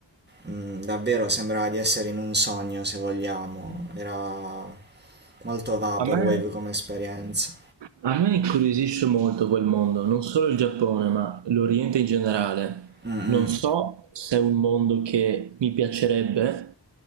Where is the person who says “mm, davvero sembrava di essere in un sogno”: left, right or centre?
Right